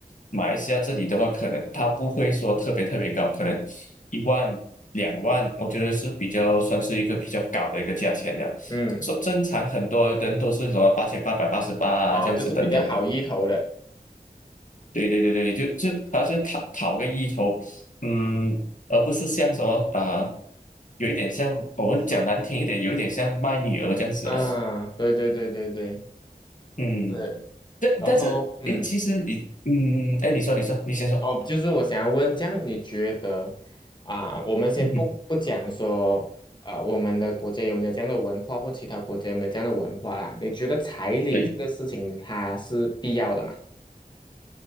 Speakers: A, on the left; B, on the left.
A: 马来西亚这里的话，可能它不会说特别特别高，可能一万两万，我觉得是比较算是一个比较高的一个价钱的。
B: 嗯，
A: 说正常很多人都是什么八千八百八十八啊这样子等等的。
B: 哦，就是比较好意头的。
A: 对对对对对，就就好像讨讨个意头，嗯，而不是像什么啊、有一点像我们讲难听一点，有一点像卖女儿这样子啊，
B: 嗯，对对对对对
A: 嗯，
B: 对，
A: 但但是诶，
B: 然后，嗯，
A: 其实你，嗯，哎，你说你说，你先说，
B: 哦，就是我想要问，这样你觉得啊、我们先不不讲说，
A: <laughs> 嗯
B: 啊我们的国家有没有这样的文化，或其他国家有没有这样的文化啦？你觉得彩礼这个事情它是必要的吗？
A: 对，